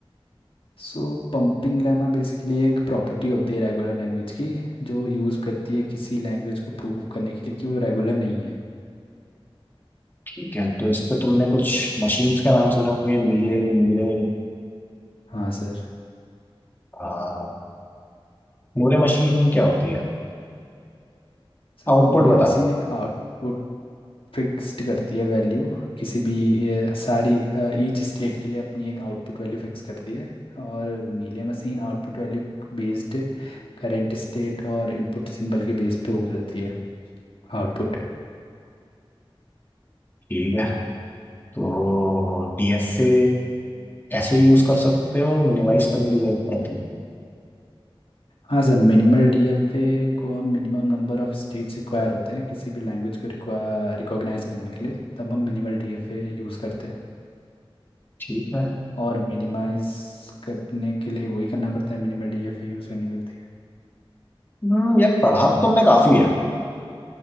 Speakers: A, on the left; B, on the left.
A: सो पंपिंग लेमा बेसिकली एक प्रॉपर्टी होती है रेगुलर लैंग्वेज की जो यूज़ करती है किसी लैंग्वेज को प्रूव करने के लिए कि वो रेगुलर नहीं है
B: ठीक है तो इस पे तुमने कुछ मशीन्स का नाम सुने होंगे मीले मूरे
A: हाँ सर
B: आ, मूरे मशीन क्या होती है
A: सर
B: आउटपुट
A: मूरे
B: बताना
A: मशीन एक आउटपुट फिक्स्ड करती है वैल्यू किसी भी ए, सारी ईच स्टेट के लिए अपनी एक आउटपुट वैल्यू फिक्स करती है और Mealy machine output value based current state और इनपुट सिंबल के बेस पे वो करती है आउटपुट
B: ठीक है तो डीएफए ऐसे ही यूज कर सकते हो मिनिमाइज करने की जरूरत पड़ती है
A: हाँ सर मिनिमल डीएफए को हम minimum number of states require होते हैं किसी भी लैंग्वेज को रिकॉग्नाइज करने के लिए तब हम मिनिमल डीएफए यूज़ करते हैं
B: ठीक है
A: और मिनिमाइज करने के लिए वही करना पड़ता है मिनिमल डीएफए यूज़ करनी पड़ती है
B: हम्म, यार पढ़ा तो तुमने काफी है